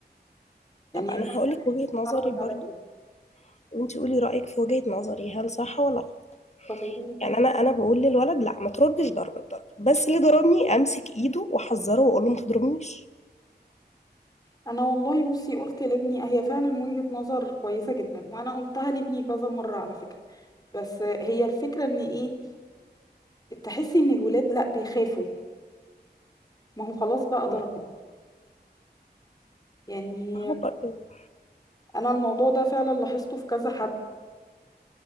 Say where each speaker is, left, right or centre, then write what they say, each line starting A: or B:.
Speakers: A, on the left (about 20°); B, on the left (about 40°).
A: يعني
B: طب انا
A: انا
B: هقول
A: انا
B: لك وجهة نظري
A: اتعود
B: برضو
A: على كده
B: وانت قولي رأيك في وجهة نظري هل صح ولا غلط
A: طب وايه
B: يعني انا انا بقول للولد لا ما تردش ضرب الضرب بس اللي ضربني امسك ايده واحذره واقول له ما تضربنيش
A: انا والله بصي قلت لابني هي فعلا وجهة نظر كويسة جدا وانا قلتها لابني كذا مرة على فكرة بس هي الفكرة ان ايه تحسي ان الولاد لا بيخافوا ما هو خلاص بقى ضربني
B: م-
A: يعني
B: ما هو برضو
A: انا الموضوع ده فعلا لاحظته في كذا حد